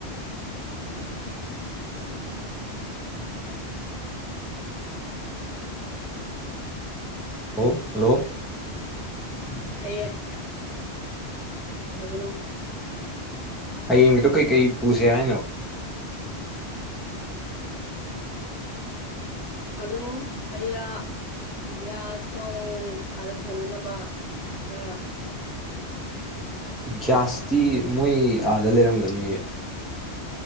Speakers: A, in the centre; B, on the left (about 50°).
A: ꯍꯜꯂꯣ ꯍꯜꯂꯣ
B: ꯇꯥꯢꯌꯦ ꯀꯩ ꯍꯥꯏꯕꯅꯣ
A: ꯍꯌꯦꯡꯒꯤꯗꯣ ꯀꯩꯀꯩ ꯄꯨꯁꯦ ꯍꯥꯏꯅꯣ
B: ꯑꯗꯨꯝ ꯍꯩ ꯔꯥ ꯒ꯭ꯌꯥꯁ ꯅꯣꯡ ꯑꯥꯗ ꯊꯣꯡꯉꯨꯅꯕ ꯈꯔ
A: ꯒ꯭ꯌꯥꯁꯇꯤ ꯃꯣꯏ ꯑꯥꯗ ꯂꯩꯔꯝꯒꯅꯤꯌꯦ